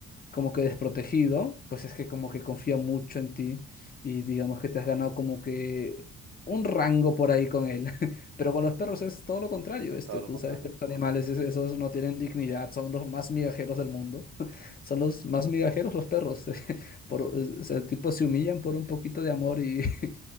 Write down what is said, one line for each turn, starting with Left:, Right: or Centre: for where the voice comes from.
Left: como que desprotegido, pues es que como que confía mucho en ti y digamos que te has ganado como que un rango por ahí con él. <laughs> Pero con los perros es todo lo contrario, este,
Right: Todo lo
Left: tú
Right: contrario.
Left: sabes que los animales
Right: ujú.
Left: es- esos no tienen dignidad, son los más migajeros del mundo. <laughs> Son los más migajeros los perros. <laughs> Por, o sea, tipo se humillan por un poquito de amor y <laughs>